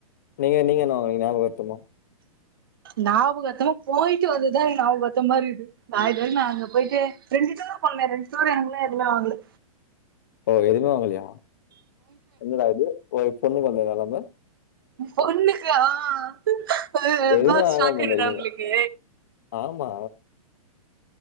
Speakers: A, on the left; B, on the right.
A: நீங்க நீங்க என்ன வாங்கினீங்க ஞாபகார்த்தமா
B: ஞாபகார்த்தமா போயிட்டு வந்ததுதான் ஞாபகார்த்தமா இருக்குது நான் நான் அங்க போயிட்டு ரெண்டு தடவ போனேன் ரெண்டு தடவ எனக்கு எதுவுமே வாங்கல
A: ஓ எதுமே வாங்கலையா என்னடா இது ஒரு பொண்ணுக்கு வந்த நிலைமை
B: பொண்ணுக்கா அது கேட்டவுடனே
A: எதுவுமே வாங்காம
B: ஷாக்
A: வந்திருக்கீங்க
B: ஆகுதா உங்களுக்கு
A: ஆமா